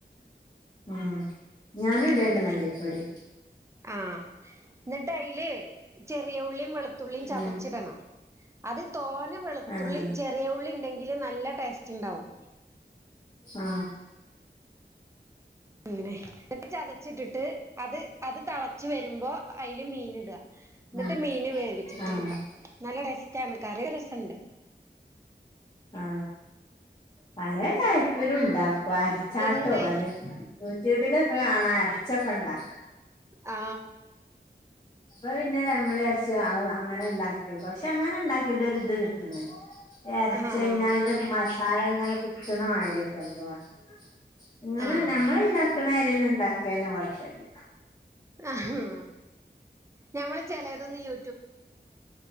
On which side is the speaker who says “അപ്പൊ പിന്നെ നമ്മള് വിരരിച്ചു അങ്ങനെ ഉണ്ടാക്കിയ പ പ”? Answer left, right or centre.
Left